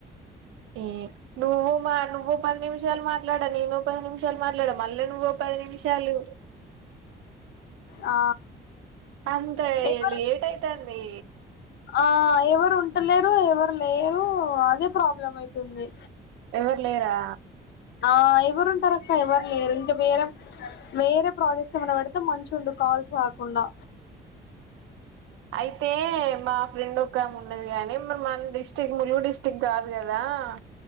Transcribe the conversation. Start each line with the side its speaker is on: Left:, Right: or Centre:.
Right: ఏ నువ్వు మా నువ్వు పది నిమిషాలు మాట్లాడా నేను పది నిమిషాలు మాట్లాడ మళ్ళీ నువ్వు ప పది నిమిషాలు
Left: ఆ
Right: అంత ఏ
Left: ఎవరు
Right: లేట్ అయితాంది
Left: ఆ ఎవరు ఉంటలేరు ఎవరు లేరు అదే ప్రాబ్లం అయితుంది
Right: ఎవరు లేరా
Left: ఆ ఎవరు ఉంటారు అక్క ఎవరు లేరు ఇంకా వేరే వేరే ప్రాజెక్ట్స్ ఏమైనా పెడితే మంచిగుండు కా ల్స్ గాకుండా
Right: అయితే మా ఫ్రెండ్ ఒకామె ఉన్నది గాని మరి మన డిస్టిక్ ములుగు డిస్టిక్ కాదు కదా ఆ